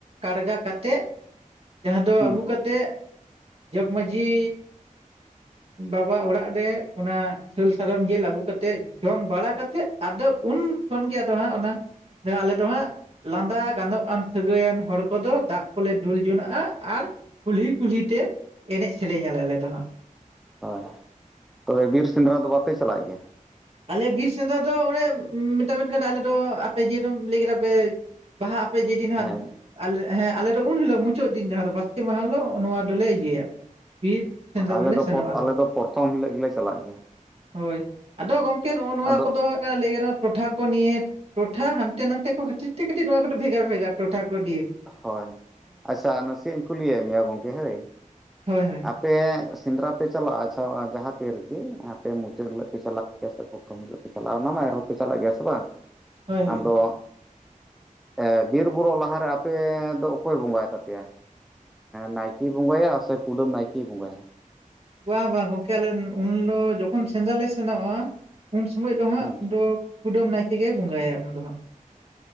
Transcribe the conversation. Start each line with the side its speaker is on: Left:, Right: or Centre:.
Right: ᱠᱟᱲᱜᱟ ᱠᱟᱛᱮᱫ ᱡᱟᱦᱟᱸ ᱫᱚ
Centre: ᱦᱩᱸ
Right: ᱟᱹᱜᱩ ᱠᱟᱛᱮᱫ ᱡᱚᱜᱽ ᱢᱟᱺᱡᱷᱤ ᱵᱟᱵᱟ ᱚᱲᱟᱜ ᱨᱮ ᱚᱱᱟ ᱥᱟᱹᱞ ᱥᱟᱨᱚᱢ ᱡᱤᱞ ᱟᱹᱜᱩ ᱠᱟᱛᱮᱫ ᱡᱚᱢ ᱵᱟᱲᱟ ᱠᱟᱛᱮᱫ ᱟᱫᱚ ᱩᱱ ᱠᱷᱚᱱ ᱜᱮ ᱟᱫᱚ ᱦᱟᱸᱜ ᱚᱱᱟ ᱦ ᱟᱞᱮ ᱫᱚ ᱦᱟᱸᱜ ᱞᱟᱸᱫᱟ ᱜᱟᱱᱚᱜ ᱟᱱ ᱥᱟᱹᱜᱟᱹᱭᱟᱱ ᱦᱚᱲ ᱠᱚᱫᱚ ᱫᱟᱜ ᱠᱚᱞᱮ ᱫᱩᱞ ᱡᱚᱱᱟᱜᱼᱟ ᱟᱨ ᱠᱩᱞᱦᱤ ᱠᱩᱞᱦᱤ ᱛᱮ ᱮᱱᱮᱡ ᱥᱮᱨᱮᱧ ᱟᱞᱮ ᱫᱚ ᱦᱟᱸᱜ᱾
Centre: ᱦᱳᱭ ᱛᱚᱵᱮ ᱵᱤᱨ ᱥᱮᱸᱫᱽᱨᱟ ᱫᱚ ᱵᱟᱯᱮ ᱪᱟᱞᱟᱜ ᱜᱮᱭᱟ?
Right: ᱟᱞᱮ ᱵᱤᱨ ᱥᱮᱸᱫᱽᱨᱟ ᱫᱚ ᱮ ᱢᱮ ᱟᱞᱮ ᱫᱚ ᱟᱯᱮ ᱡᱮᱨᱚᱠᱚᱢ ᱞᱟᱹᱭ ᱠᱮᱫᱟ ᱯᱮ ᱵᱟᱦᱟ ᱟᱯᱮ ᱡᱮᱫᱤᱱ ᱦᱟᱸᱜ
Centre: ᱦᱮᱸ
Right: ᱟᱞᱮ ᱦᱮᱸ ᱟᱞᱮ ᱫᱚ ᱩᱱ ᱦᱤᱞᱳᱜ ᱢᱩᱪᱟᱹᱫ ᱫᱤᱱ ᱡᱟᱦᱟᱸ ᱫᱚ ᱵᱟᱥᱠᱮ ᱢᱟᱦᱟ ᱦᱤᱞᱳᱜ ᱱᱚᱣᱟ ᱫᱚᱞᱮ ᱤᱭᱟᱹᱭᱟ ᱵᱤᱨ ᱥᱮᱸᱫᱽᱨᱟ
Centre: ᱟᱞᱮ
Right: ᱫᱚᱞᱮ
Centre: ᱫᱚ
Right: ᱥᱮᱱᱚᱜᱼᱟ
Centre: ᱟᱞᱮ ᱫᱚ ᱯᱨᱚᱛᱷᱚᱢ ᱦᱤᱞᱳ ᱜᱮᱞᱮ ᱪᱟᱞᱟᱜ ᱜᱮᱭᱟ᱾
Right: ᱦᱳᱭ ᱟᱫᱚ ᱜᱚᱝᱠᱮ ᱱᱚᱜᱼᱚ ᱱᱚᱣᱟ
Centre: ᱟᱫᱚ
Right: ᱠᱚᱫᱚ ᱦᱟᱜ ᱠᱟᱱᱟ ᱞᱟᱹᱭ ᱜᱟᱱᱚᱜ ᱴᱚᱴᱷᱟ ᱠᱚ ᱱᱤᱭᱮ ᱴᱚᱴᱷᱟ ᱦᱟᱱᱛᱮ ᱱᱟᱛᱮ ᱠᱚ <unintelligible> ᱛᱮ ᱠᱟᱹᱴᱤᱡ ᱱᱚᱣᱟ ᱠᱚᱫᱚ ᱵᱷᱮᱜᱟᱨ ᱵᱷᱮᱜᱟᱨ ᱴᱚᱴᱷᱟ ᱠᱚ ᱫᱤᱠ
Centre: ᱦᱳᱭ ᱟᱪᱪᱷᱟ ᱱᱟᱥᱮ ᱤᱧ ᱠᱩᱞᱤᱭᱮᱫ ᱢᱮᱭᱟ ᱜᱚᱢᱠᱮ ᱦᱳᱭ
Right: ᱦᱳᱭ ᱦᱳᱭ
Centre: ᱟᱯᱮ ᱥᱮᱸᱫᱽᱨᱟ ᱯᱮ ᱪᱟᱞᱟᱜᱼᱟ ᱟᱪᱪᱷᱟ ᱡᱟᱦᱟᱸ ᱛᱤᱨᱮᱜᱮ ᱟᱯᱮ ᱢᱩᱪᱟᱹᱫ ᱦᱤᱞᱳᱜ ᱯᱮ ᱪᱟᱞᱟᱜᱼᱟ ᱯᱨᱚᱛᱷᱚᱢ ᱦᱤᱞᱳᱜ ᱯᱮ ᱪᱟᱞᱟᱜᱼᱟ ᱚᱱᱟ ᱢᱟ ᱮᱱᱦᱚᱸ ᱯᱮ ᱪᱟᱞᱟᱜ ᱜᱮᱭᱟ ᱥᱮ ᱵᱟᱝ
Right: ᱦᱳᱭ ᱦᱳᱭ
Centre: ᱟᱫᱚ ᱮ ᱵᱤᱨ ᱵᱩᱨᱩ ᱞᱟᱦᱟᱨᱮ ᱟᱯᱮ ᱫᱚ ᱚᱠᱚᱭ ᱵᱚᱸᱜᱟᱭ ᱛᱟᱯᱮᱭᱟ? ᱱᱟᱭᱠᱤᱭ ᱵᱚᱸᱜᱟᱭᱟ ᱥᱮ ᱠᱩᱰᱟᱹᱢ ᱱᱟᱭᱠᱤᱭ ᱵᱚᱸᱜᱟᱭᱟ᱾
Right: ᱵᱟᱝ ᱵᱟᱝ ᱜᱚᱝᱠᱮ ᱟᱞᱮ ᱩᱱ ᱫᱚ ᱡᱚᱠᱷᱚᱱ ᱥᱮᱸᱫᱽᱨᱟ ᱞᱮ ᱥᱮᱸᱱᱚᱜᱼᱟ᱾ ᱩᱱ ᱥᱚᱢᱚᱭ ᱫᱚ ᱦᱟᱸᱜ
Centre: ᱦᱩᱸ
Right: ᱩᱱᱫᱚ ᱠᱩᱰᱟᱹᱢ ᱱᱟᱭᱠᱮ ᱜᱮᱭ ᱵᱚᱸᱜᱟᱭᱟ ᱩᱱ ᱫᱚ ᱦᱟᱸᱜ ᱾